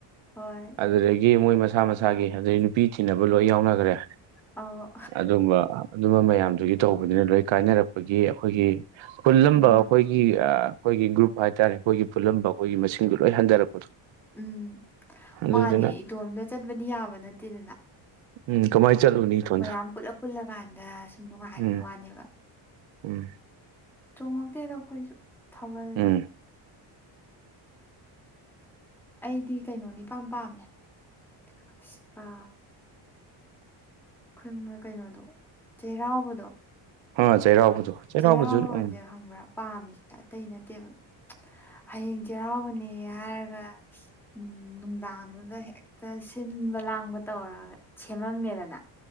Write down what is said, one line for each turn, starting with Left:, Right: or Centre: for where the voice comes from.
Centre: ꯍꯣꯏ
Right: ꯑꯗꯨꯗꯒꯤ ꯃꯣꯏ ꯃꯁꯥ ꯃꯁꯥꯒꯤ ꯑꯗꯨꯗꯒꯤ ꯅꯨꯄꯤ ꯊꯤꯅꯕ ꯂꯣꯏ ꯌꯥꯎꯅꯈ꯭ꯔꯦ
Centre: ꯑ
Right: ꯑꯗꯨꯝꯕ ꯑꯗꯨꯝꯕ ꯃꯌꯥꯝꯗꯨꯒꯤ ꯇꯧꯕꯅꯤꯅ ꯂꯣꯏ ꯀꯥꯏꯅꯔꯛꯄꯒꯤ ꯑꯩꯈꯣꯏꯒꯤ ꯄꯨꯜꯂꯝꯕ
Centre: ꯎꯝ
Right: ꯑꯩꯈꯣꯏꯒꯤ ꯑꯩꯈꯣꯏꯒꯤ ꯒ꯭ꯔꯨꯞ ꯍꯥꯏꯇꯥꯔꯦ ꯑꯩꯈꯣꯏꯒꯤ ꯄꯨꯜꯂꯝꯕ ꯑꯩꯈꯣꯏꯒꯤ ꯃꯁꯤꯡꯗꯣ ꯂꯣꯏ ꯍꯟꯊꯔꯛꯄꯗꯣ
Centre: ꯎꯝ
Right: ꯑꯗꯨꯗꯨꯅ
Centre: ꯃꯥꯅꯦ ꯏꯇꯣꯝꯗ ꯆꯠꯄꯗꯤ ꯌꯥꯕ ꯅꯠꯇꯦꯗꯅ
Right: ꯎꯝ ꯀꯃꯥꯏꯅ ꯆꯠꯂꯨꯅꯤ ꯏꯊꯣꯟꯗ
Centre: ꯃꯌꯥꯝ ꯄꯨꯜꯂꯞ ꯄꯨꯜꯂꯀꯥꯟꯗ ꯁꯨꯝ ꯅꯨꯡꯉꯥꯏꯕꯩ
Right: ꯎꯝ
Centre: ꯋꯥꯅꯦꯕ
Right: ꯎꯝ
Centre: ꯆꯣꯡꯉꯛꯇꯦꯗ ꯑꯩꯈꯣꯏꯖꯨ ꯊꯥꯕꯜꯖꯦ
Right: ꯎꯝ
Centre: ꯑꯩꯗꯤ ꯀꯩꯅꯣꯅꯤ ꯏꯄꯥꯝ ꯄꯥꯝꯃꯦ ꯑꯁ ꯑ ꯑꯩꯈꯣꯏ ꯃꯥ ꯀꯩꯅꯣꯗꯣ ꯆꯩꯔꯥꯎꯕꯗꯣ
Right: ꯑꯥ ꯆꯩꯔꯥꯎꯕꯗꯣ ꯆꯩꯔꯥꯎꯕꯁꯨ
Centre: ꯆꯩꯔꯥꯎꯕꯖꯦ
Right: ꯎꯝ
Centre: ꯈꯪꯕꯔ ꯄꯥꯝꯃꯤꯖꯦ ꯑꯇꯩ ꯅꯠꯇꯦꯕ ꯍꯌꯦꯡ ꯆꯩꯔꯥꯎꯕꯅꯦ ꯍꯥꯏꯔꯒ ꯎꯝ ꯅꯨꯡꯗꯥꯡꯗꯨꯗ ꯍꯦꯛꯇ ꯁꯤꯟꯕ ꯂꯥꯡꯕ ꯇꯧꯔꯒ ꯁꯦꯝꯃꯝꯃꯦꯗꯅ